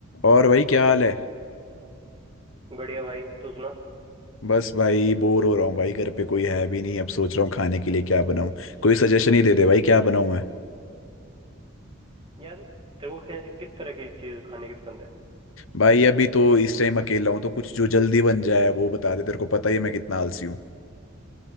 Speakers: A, on the left; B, on the right.
A: और भाई क्या हाल है
B: बढ़िया भाई तू सुना
A: बस भाई बोर हो रहा हूँ भाई घर पे कोई है भी नहीं अब सोच रहा हूँ खाने के लिए क्या बनाऊँ कोई सजेशन ही दे दे भाई क्या बनाऊँ मैं
B: यार तेरे को कैसे किस तरह की चीज खाने की पसंद है
A: भाई अभी तो इस टाइम अकेला हूँ तो कुछ जो जल्दी बन जाए वो बता दे तेरे को पता ही है मैं कितना आलसी हूँ